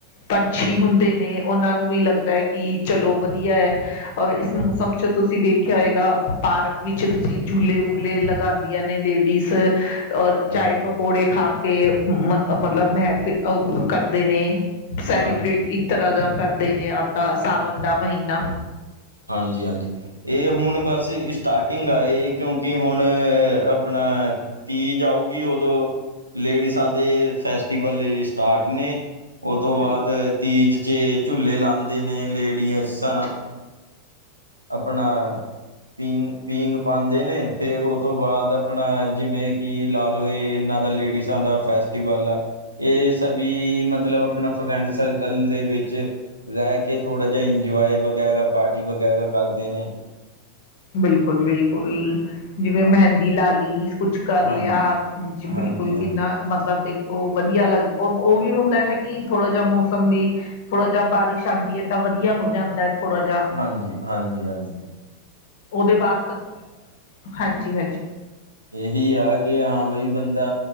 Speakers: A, on the left (about 50°); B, on the right (about 85°).
A: ਪੰਛੀ ਹੁੰਦੇ ਨੇ, ਉਹਨਾਂ ਨੂੰ ਵੀ ਲੱਗਦਾ ਕਿ ਚਲੋ ਵਧੀਆ। ਔਰ ਇਸ ਮੌਸਮ ਚ ਤੁਸੀਂ ਵੇਖਿਆ ਹੋਏਗਾ, ਪਾਰਕ ਵਿੱਚ ਤੁਸੀਂ ਝੂਲੇ ਵੂਲੇ ਲੱ ਗਾਂਦੀਆਂ ਨੇ ਲੇਡੀਜ਼, ਔਰ
B: ਹਾਂਜੀ
A: ਚਾਏ ਪਕੌੜੇ
B: ਹਾਂਜੀ
A: ਖਾ ਤੇ ਮ ਮਤਲਬ ਮੈ ਫਿਰ ਉਹ ਕਰਦੇ ਨੇ ਸੈਲੀਬ੍ਰੇਟ
B: ਹਾਂਜੀ
A: ਤਰਾਜਾ ਕਰਦੇ ਨੇ, ਆਪਦਾ ਸਾਵਣ ਦਾ ਮਹੀਨਾ।
B: ਹਾਂਜੀ-ਹਾਂਜੀ। ਇਹ ਹੁਣ ਬਸ ਸਟਾਟਿੰਗ ਆ ਏ, ਕਿਉਂਕਿ ਹੁਣ ਆਪਣਾ ਤੀਜ ਆਊਗੀ, ਉਦੋਂ ਲੇਡੀਜ਼ਾਂ ਦੇ ਫੈਸਟੀਵਲ ਸਟਾਟ ਨੇ। ਉਹ ਤੋਂ ਬਾਅਦ
A: ਬਿਲਕੁਲ
B: ਤੀਜ ਚ ਝੂਲੇ ਲਾਂਦੇ ਨੇ ਲੇਡੀਐਸਾਂ। ਆਪਣਾ ਪੀਂਗ-ਪੀਂਗ ਪਾਂਦੇ ਨੇ, ਫੇਰ ਉਹ ਤੋਂ ਬਾਅਦ ਆਪਣਾ ਜਿਵੇਂ ਕਿ ਲਾ ਲੋ ਇਹ ਇਹਨਾਂ ਦਾ ਲੇਡੀਜ਼ ਜਾਂ ਦਾ ਫੈਸਟੀਵਲ ਆ। ਇਹ ਸਭੀ ਮਤਲਬ ਆਪਣਾ ਫਰੈਂਡ ਸਰਕਲ ਦੇ ਵਿੱਚ ਰਹਿ ਕੇ ਥੋੜਾ ਜਾ ਇੰਜੋਏ ਵਗੈਰਾ, ਪਾਰਟੀ ਵਗੈਰਾ ਕਰਦੇ ਨੇ।
A: ਬਿਲਕੁਲ-ਬਿਲਕੁਲ, ਜਿਵੇਂ ਮਹਿੰਦੀ ਲਾਲੀ। ਕੁਛ ਕਰ
B: ਹਾਂਜੀ,
A: ਲਿਆ, ਜੀ
B: ਹਾਂਜੀ,
A: ਬਿਲਕੁਲ
B: ਹਾਂਜੀ,
A: ਕਿੰਨਾ ਮਤਲਬ ਦੇਖ ਖੋ ਵਧੀਆ ਲੱਗ ਉਹ ਵੀ ਹੁੰਦਾ ਨਾ ਕਿ ਥੋੜਾ ਜਾ ਮੌਸਮ ਵੀ ਥੋੜ੍ਹਾ ਜੀ ਬਾਰਿਸ਼ ਆਂਦੀ ਐ, ਤਾਂ ਵਧੀਆ ਹੋ ਜਾਂਦਾ ਥੋੜ੍ਹਾ ਜਾ।
B: ਹਾਂਜੀ-ਹਾਂਜੀ-ਹਾਂਜੀ।
A: ਉਹਦੇ ਬਾਅਦ ਤਾਂ, ਹਾਂਜੀ-ਹਾਂਜੀ।
B: ਇਹੀ ਆ ਕਿ ਹਾਂ ਬਾਈ ਬੰਦਾ